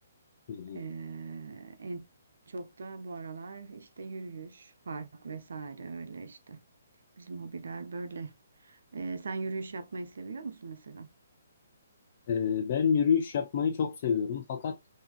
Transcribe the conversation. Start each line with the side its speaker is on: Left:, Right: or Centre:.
Left: hı hı.
Right: E, en çok da bu aralar işte yürüyüş, park vesaire öyle işte. Bizim hobiler böyle. E, sen yürüyüş yapmayı seviyor musun mesela?
Left: Ee, Ben yürüyüş yapmayı çok seviyorum fakat